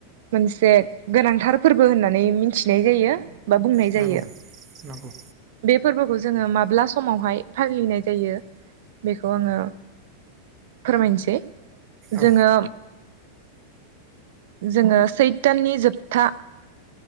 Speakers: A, on the right (about 55°); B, on the right (about 30°).
A: मोनसे गोनांथार फोरबो होननानै मिथिनाय जायो बा बुंनाय
B: नंगौ
A: जायो।
B: नंगौ
A: बे फोरबोखौ जोङो माब्ला समावहाय फालिनाय जायो बेखौ आङो फोरमायनोसै जोङो
B: औ
A: जोङो सैथाननि जोबथा